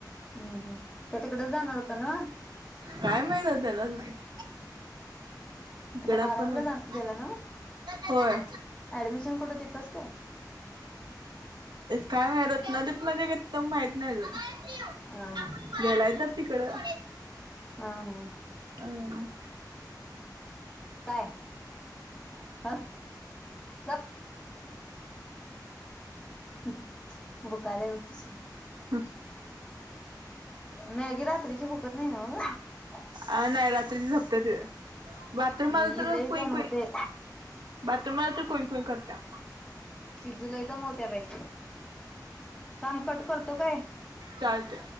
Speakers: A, on the left; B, on the right.
A: हम्म हम्म त्यो तिकडंच जानार हुता न्हव,
B: काय माहित आता त्यालाच माहित इकडं
A: आता बारावीला
B: पण म्हणजे
A: जाना गेला न्हव
B: होय
A: ऍडमिशन कुठं तीत तोच काय
B: काय माहित रत्नादीप मध्ये गेलतो माहिती नाही अजून
A: ह हा
B: गेलाय तर, ति कडं.
A: हा, हा.
B: हं.
A: काय? हं. गप. <unintelligible>
B: ह.
A: मॅगी रात्रीची भूकत न्हाई नव्ह ग.
B: अं नाय रात्रीच्या झोपत्यात बाथरूमला
A: ग
B: आलं तर
A: लई
B: कुई
A: दमवते
B: - कुई बाथ तुम्हाला ती कुई कुई करत्या.
A: शिजलंय दमवत्या बाई. थांब कट कर तो काय!
B: चालते.